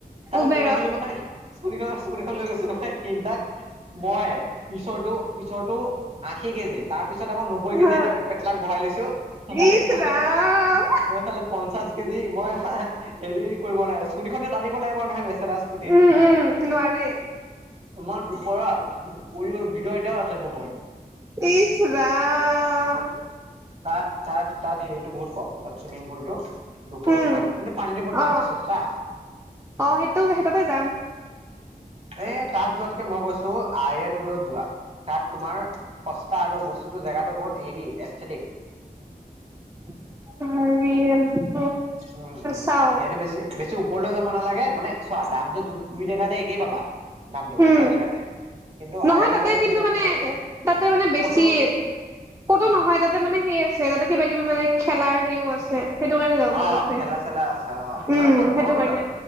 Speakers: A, on the right (about 40°); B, on the right (about 20°).
A: তাৰ
B: উবেৰত
A: পৰাা পৰিছিলো নহয় চুৰিখন চুৰিখন লৈ গৈছো নহয় তিনটাত মই <unintelligible> পিছৰটো পিছৰটো আশী কেজি তাৰ পিছত আকৌ নব্বৈ কেজি
B: হা
A: এটাক পেটলাক বহাই লৈছো মই
B: ইচ
A: <unintelligible> <unintelligible>
B: ৰাম
A: মইফালে পঞ্চাশ কেজি মই <unintelligible> হেৰি কৰিব নাই স্কুটি খনে টানিব নাই <unintelligible> নহয় বেছি
B: উম উম নোৱাৰি
A: <inaudible> পৰি গল ভিদ ইটাও আছেটো মোৰ
B: ইচ ৰাম
A: তাত তাত তাত হেৰিটো বহুত কম তাত চুইমিং পুলটো দুশ
B: উম
A: কিমান কিন্তু পানীটো বৰ ঠান
B: অ
A: চেঁচা
B: অ' সেইটো সেইটাতে <unintelligible>
A: এ তাত যোৱাতকে মই কৈছো আনৰেন উদত যোৱা তাত তোমাৰ সস্তা আৰু বস্তুটো জেগাটো বহুত হেৰি এস্থেটিক
B: <inaudible>
A: উম উম
B: চাও
A: এইটো বেছি বেছি <unintelligible> উপৰলৈও যাব নালাগে মানে চোৱা দামটো দু দুই জেগাতে একেই পাবা দামটো
B: উম
A: দুটা জেগাতে কিন্তু
B: নহয়
A: আইৰণ
B: তাতে
A: ৰোডত তুমি
B: কিন্তু মানে
A: তোমালোকে
B: তাতে মানে বেছি
A: ফটো
B: ক'তো নহয় তাতে মানে সেই আছে তাতে কিবা কিবি মানে খেলাৰ সেইও আছে। সেইটো কাৰণে যাব
A: অ
B: মন তাতে
A: খেলা চেলা আছে অ
B: উম
A: নহয় ক'ত
B: সেইটো
A: ব্ৰহ্মপুত্ৰত
B: কাৰণে